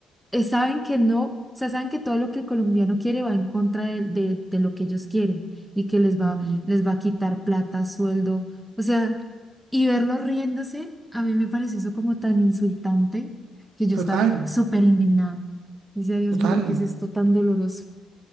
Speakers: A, in the centre; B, on the right (about 85°).
A: eh, saben que no, o sea, saben que todo lo que el colombiano quiere va en contra de, de- de lo que ellos quieren y que les
B: Ujú,
A: va, les va a quitar plata, sueldo, o sea, y verlos riéndose, a mí me pareció eso como tan insultante que yo
B: Total,
A: estaba r- súper indignada. Dice, Dios
B: total.
A: mío, ¿qué es esto tan doloroso?